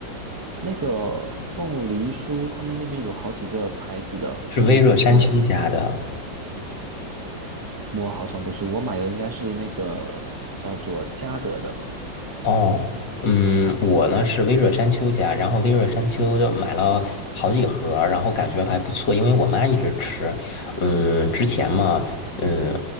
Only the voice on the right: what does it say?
<laughs> 那个凤梨酥，他们那边有好几个牌子的，
你我我好像不是，我买的应该是那个叫做嘉德的，